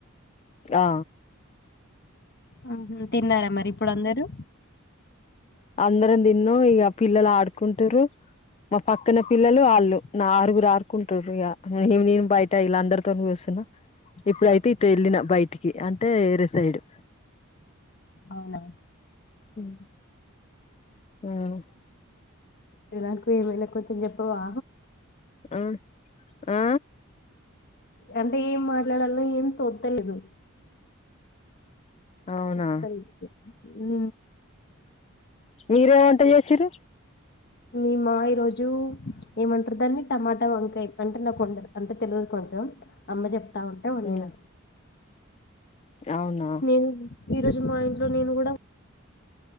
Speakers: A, on the left; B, on the left.
A: ఆ
B: ఆహ తిన్నారా మరి ఇప్పుడు అందరు?
A: అందరం దిన్నం ఇగ పిల్లలు ఆడుకుంటుర్రూ మా పక్కన పిల్లలు ఆళ్ళు నా ఆరుగురు ఆరుకుంటుర్రు ఇగ నేను బయట్ టె ఇలా అందరితోనీ కూసున్న ఇప్పుడయితే ఇటు ఎళ్ళిన బయటికి అంటే ఏరేసైడు
B: అవునా
A: ఉమ్ ఉమ్
B: నాకు ఏమైనా కొంచం చెప్పవా?
A: అ ఆ
B: అంటే ఏం మాట్లాడాలో ఏం తొత్తలేదు
A: అవునా
B: వస్తలేదు ఉ
A: మీరు ఏం వంట చేసిర్రు
B: మీమా ఈరోజు ఏమంటారు దాన్ని టమాటా వంకాయ అంటే నాకు కొ అంటే తెలియదు కొంచెం అమ్మ చెప్తా ఉంటే వండినా
A: ఉమ్ అవునా
B: ఉ ఈ రోజు మా ఇంట్లో నేను కూడా